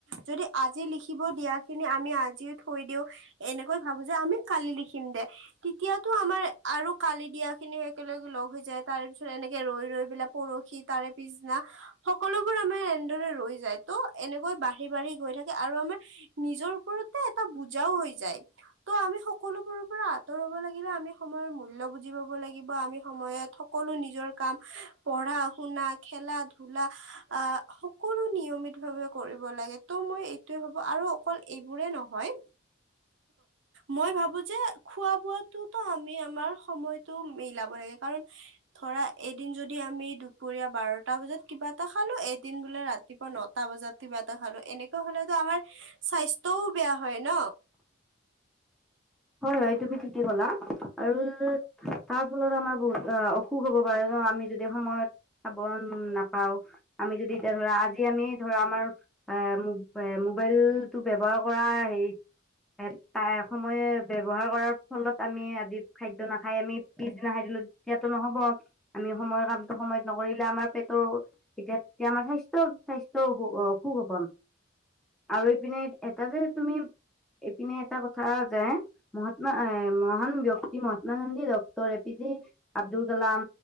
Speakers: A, on the right (about 70°); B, in the centre.
A: যদি আজি লিখিব দিয়া খিনি আমি আজিও থৈ দিও এনেকৈ ভাবো যে আমি কালি লিখিম দে তেতিয়াতো আমাৰ আৰু কালি দিয়া খিনিও একেলগে লগ হৈ যায় তাৰ পিছত এনেকে ৰৈ ৰৈ পেলাই পৰহি তাৰে পিছদিনা সকলোবোৰ আমাৰ এনেদৰে ৰৈ যায় তো এনেকৈ বাঢ়ি বাঢ়ি গৈ থাকে আৰু আমাৰ নিজৰ ওপৰতে এটা বুজাও হৈ হৈছে <unintelligible> যায় ত' আমি সকলোবোৰৰ পৰা আঁতৰ হব লাগিলে আমি <unintelligible> সময়ৰ মূল্য বুজি পাব লাগিব আমি সময়ত সকলো নিজৰ কাম পঢ়া শুনা খেলা ধ <unintelligible> ধূলা আহ কোনো নিয়মিত ভে কৰিব লাগে ত' মই এইটোয়ে ভাবো আৰু অকল এইবোৰে নহয় মই ভাবো যে খোৱা বোৱাতটোতো আমি আমাৰ সময়তটো মিলাব লাগে কাৰণ <unintelligible> ধৰা এদিন যদি আমি দুপৰীয়া বাৰটা বজাত কিবা খালো এদিন বোলে ৰাতিপুৱা ন বজাতা এটা খালো এনেকুৱা' আমাৰ স্বাস্থ্যও বেয়া হয় ন
B: হয় হয় তুমি ঠিকেই কলা আৰু তাৰ ফলত আমাৰ বহুত অসুখ হ'ব পাৰে ন আমি যদি সময়ত চাবোন নাপাও <unintelligible> আমি যদি এতিয়া ধৰা আজি আমি <unintelligible> ধৰা আমাৰ এ এ মোবাইল টো ব্যৱহাৰ কৰা হে এটা সময়ত <unintelligible> ব্য্ৱহাৰ কৰাৰ ফলত আমি আজি খাদ্য নাখাই আমি পিছদিনা খাই দিলো তেতিয়াতো নহব আমি সময়ৰ কামটো সময়ত নকৰিলে আমাৰ পেটৰ তেতিয়া তেতিয়া আমাৰ স্বাস্থ্য স্বাস্থ্য অসুখ হব আৰু ইপিনে এটা যে তুমি ইপিনে এটা কথা যে <unintelligible> মহাত্মা মহান ব্যক্তি Mahatma Gandhi doctor A P J Abdul Kalam